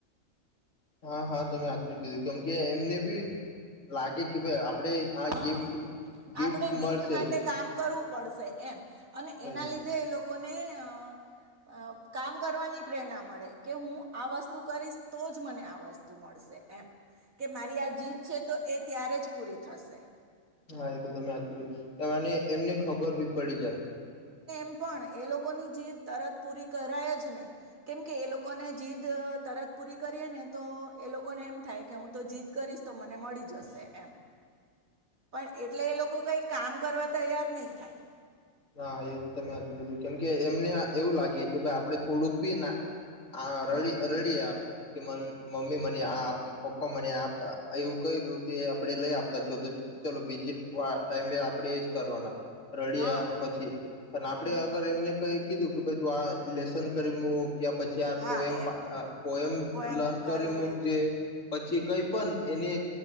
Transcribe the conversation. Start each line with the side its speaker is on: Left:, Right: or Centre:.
Left: હા હા તમે હાચું કીધું કેમ કે એમને બી લાગે કે ભાઈ આ આપણે આ
Right: હા
Left: ગિફ્ટ ગિફ્ટ
Right: આપણે
Left: મળશે.
Right: માટે કામ કરવું પડશે એમ અને
Left: હમ,
Right: એના લીધે એ લોકોને અ કામ કરવાની પ્રેરણા મળે કે હું આ વસ્તુ કરીશ તો જ મને આ વસ્તુ મળશે એમ. કે મારી આ જીદ છે તો એ ત્યારે જ પૂરી થશે.
Left: હા એ તો તમે કીધું અને એમને ખબર ભી પડી જાય.
Right: એ પણ એ લોકોની જીદ તરત પૂરી કરાય જ નહીં કેમ કે એ લોકોને જીદ તરત પૂરી કરીએ ને તો એ લોકોને એમ થાય કે હું તો જીદ કરીશ તો મને મળી જશે એમ પણ એટલે એ લોકો કઈક કામ કરવા તૈયાર નહીં થાય.
Left: હા એ તમે હાચું કીધું કેમ કે એમને એવું લાગે કે ભાઈ આપડે થોડુંક ના અ
Right: હમ
Left: ભી રડીયા કે મમ્મી મને પપ્પા મને એવું ક્યું આપણે લઈ આપતા છો તો ચલો બીજી વા ટાઈમે આપણે એજ કરવાના. રડીયા
Right: હા
Left: પછી પણ આપણે
Right: હમ
Left: અગર એમને કઈ કીધું કે ભાઈ તું આ લેસન કરી મૂક કસ્મયા પછી આ
Right: હા
Left: પોયમ
Right: એમ
Left: પા પોએમ
Right: કોઈ એમ
Left: લર્ન કરી મૂક
Right: લે
Left: કે પછી કઈ પણ એને